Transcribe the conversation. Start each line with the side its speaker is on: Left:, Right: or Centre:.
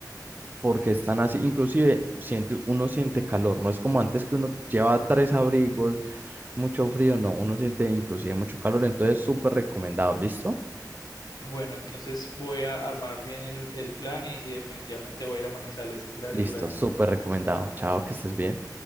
Right: porque están así, inclusive siente, uno siente calor, no es como antes que uno lleva tres abrigos, mucho frío, no, uno siente inclusive mucho calor, entonces súper recomendado, ¿listo?
Left: Bueno, entonces voy a armar bien el, el plan y, y definitivamente voy a ir a Manizales. Gracias,
Right: Listo,
Left: Brian.
Right: súper recomendado, chao, que estés bien.